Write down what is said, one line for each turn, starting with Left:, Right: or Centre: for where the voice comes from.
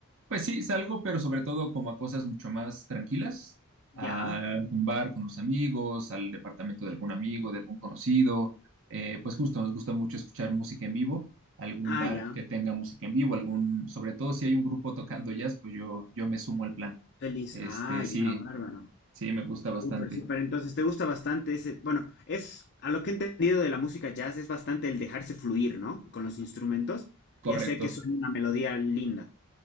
Right: pues sí, salgo, pero sobre todo como a cosas mucho más tranquilas, a
Left: Ya.
Right: algún bar con los amigos, al departamento de algún amigo, de algún conocido. Eh, pues justo nos gusta mucho escuchar música en vivo, algún
Left: Ah,
Right: bar
Left: ya.
Right: que tenga música en vivo, algún, sobre todo si hay un grupo tocando jazz, pues yo, yo me sumo al plan.
Left: Feliz.
Right: Este,
Left: Ah,
Right: sí,
Left: ya, bárbaro.
Right: sí, me gusta bastante.
Left: Súper, súper. Entonces, ¿te gusta bastante ese? Bueno, es, a lo que he entendido de la música jazz, es bastante el dejarse fluir, ¿no? Con los instrumentos
Right: Correcto.
Left: y hacer que suene una melodía linda.